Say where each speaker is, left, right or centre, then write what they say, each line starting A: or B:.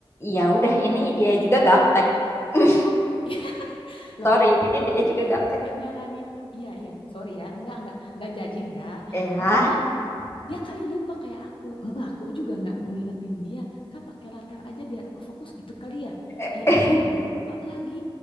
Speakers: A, on the left; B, on the left.
A: ya udah ini
B: Iya.
A: dia juga gaptek <laughs>
B: Iya. Loh,
A: sorry
B: aku
A: ini
B: nggak
A: dia
B: nggak
A: juga
B: lagi
A: gaptek
B: nggak nyaranin. Iya, iya. Sorry ya, nggak nggak nggak judging ya.
A: ya
B: Maksudnya dia kali lupa kayak aku Heeh, aku juga nggak ngingetin dia kak pakai latar aja biar aku fokus gitu kali ya
A: <laughs>
B: ih aku juga lupa lagi